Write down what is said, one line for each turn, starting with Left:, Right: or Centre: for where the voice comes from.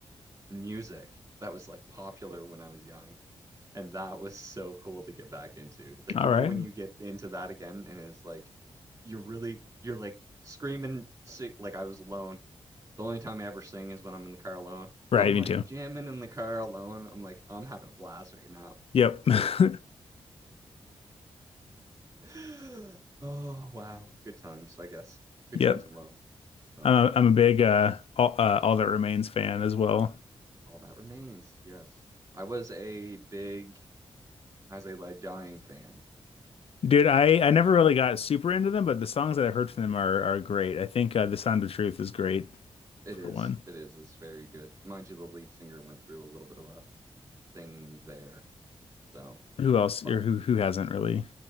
Right: music that was like popular when I was young. And that was so cool to get back into. Like,
Left: All
Right: you know,
Left: right.
Right: when you get into that again and it's like you're really, you're like screaming, si like I was alone. The only time I ever sing is when I'm in the car alone.
Left: Right,
Right: I'm like
Left: me too.
Right: jamming in the car alone. I'm like, I'm having a blast right now.
Left: Yep. <laughs>
Right: <gasps> Oh, wow. Good times, I guess. Good
Left: Yep.
Right: times alone. So.
Left: I'm a, I'm a big uh all, uh All That Remains fan as well.
Right: All that remains. Yes. I was a big As They Lay Dying fan.
Left: Dude, I I never really got super into them, but the songs that I've heard from them are are great. I think uh, The Sound of Truth is great
Right: It
Left: for
Right: is.
Left: one.
Right: It is. It's very good. Mind you, the lead singer went through a little bit of a thing there. So,
Left: Who else
Right: but
Left: or who who hasn't really?